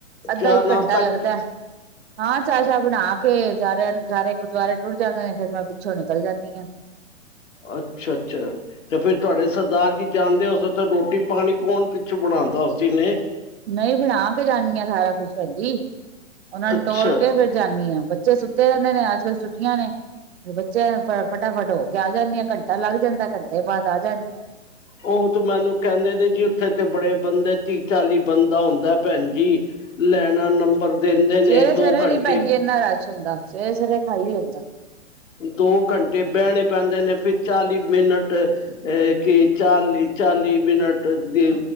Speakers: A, on the right (about 50°); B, on the left (about 70°).
A: ਅੱਧਾ-ਇੱਕ
B: ਚਾਹ ਨਾਸ਼ਤਾ
A: ਘੰਟਾ ਲੱਗਦਾ।
B: ਕ-
A: ਹਾਂ ਚਾਹ-ਸ਼ਾਹ ਬਣਾ ਕੇ ਸਾਰਿਆਂ ਸਾਰੇ ਗੁਰਦੁਆਰੇ ਟੁੱਰ ਜਾਂਦੇ ਨੇ ਫਿਰ ਮੈਂ ਪਿੱਛੋਂ ਨਿਕਲ ਜਾਂਦੀ ਹਾਂ।
B: ਅੱਛਾ-ਅੱਛਾ ਤੇ ਫਿਰ ਤੁਹਾਡੇ ਸਰਦਾਰ ਜੀ ਜਾਣਦੇ ਹੋਸੇ ਤਾਂ ਰੋਟੀ ਪਾਣੀ ਕੌਣ ਪਿੱਛੋਂ ਬਣਾਉਂਦਾ ਉਸੀ ਨੇ
A: ਨਹੀਂ ਬਣਾ ਕੇ ਜਾਂਦੀਆਂ ਸਾਰਾ ਕੁਛ ਜੀ ਉਹਨਾਂ ਨੂੰ
B: ਅੱਛਾ
A: ਟੋੜ ਕੇ ਫਿਰ ਜਾਨੀ ਆ ਬੱਚੇ ਸੁੱਤੇ ਰਹਿੰਦੇ ਨੇ ਅੱਜ ਕੱਲ ਛੁੱਟੀਆਂ ਨੇ ਬੱਚੇ ਫਟਾਫਟ ਹੋ ਕੇ ਆ ਜਾਂਦੀ ਹਾਂ ਘੰਟਾ ਲੱਗ ਜਾਂਦਾ ਘੰਟੇ ਬਾਅਦ ਆ ਜਾਂਦੀ ਆਂ।
B: ਉਹ ਤੇ ਮੈਨੂੰ ਕਹਿੰਦੇ ਦੇ ਜੀ ਉੱਥੇ ਤੇ ਬੜੇ ਬੰਦੇ ਤੀਹ ਚਾਲੀ ਬੰਦਾ ਹੁੰਦਾ ਭੈਣ ਜੀ ਲੈਣਾ ਨੰਬਰ ਦਿੰਦੇ ਨੇ
A: ਸਵੇਰੇ-ਸਵੇਰੇ
B: ਦੋ ਘੰਟੇ
A: ਨੀ ਭੈਜੀ ਇੰਨਾ ਰਸ਼ ਹੁੰਦਾ ਸਵੇਰੇ- ਸਵੇਰੇ ਖਾਲੀ ਹੁੰਦਾ।
B: ਦੋ ਘੰਟੇ ਬਹਿਣੇ ਪੈਂਦੇ ਨੇ ਫਰ ਚਾਲੀ ਮਿੰਟ ਅਹ ਕਿ ਚਾਲੀ -ਚਾਲੀ ਮਿੰਟ ਦੀ